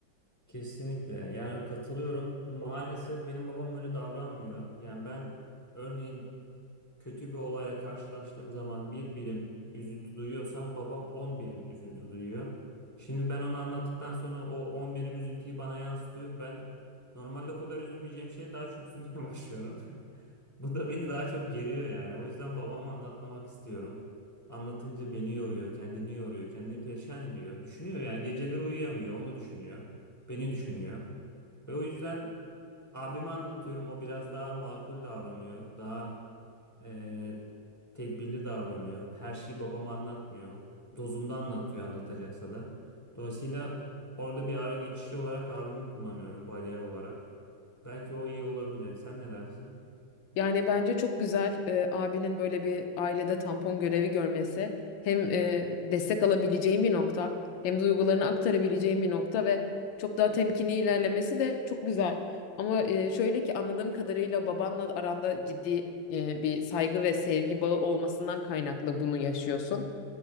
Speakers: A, on the left; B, on the left.
A: Kesinlikle. Yani katılıyorum. Maalesef benim babam öyle davranmıyor. Yani ben örneğin kötü bir olayla karşılaştığım zaman bir birim üzüntü duyuyorsam babam 10 birim üzüntü duyuyor. Şimdi ben onu anlattıktan sonra o 10 birim üzüntüyü bana yansıtıyor. Ben normalde o kadar üzülmeyeceğim şeye daha çok üzülmeye <laughs> başlıyorum. Bu da beni daha çok geriyor yani. O yüzden babama anlatmamak istiyorum. Anlatınca beni yoruyor, kendini yoruyor, kendini perişan ediyor. Düşünüyor yani geceleri uyuyamıyor, onu düşünüyor, beni düşünüyor. Ve o yüzden abime anlatıyorum, o biraz daha makul davranıyor, daha ee, tedbirli davranıyor. Her şeyi babama anlatmıyor. Dozunda anlatıyor anlatacaksa da. Dolayısıyla orada bir ara geçişi olarak abimi kullanıyorum bariyer olarak. Belki o iyi olabilir. Sen ne dersin?
B: Yani bence çok güzel e, abinin böyle bir ailede tampon görevi görmesi. Hem e, destek alabileceğim bir nokta, hem duygularını aktarabileceğim bir nokta ve çok daha temkinli ilerlemesi de çok güzel. Ama e, şöyle ki anladığım kadarıyla babanla aranda ciddi e, bir saygı ve sevgi bağı olmasından kaynaklı bunu yaşıyorsun.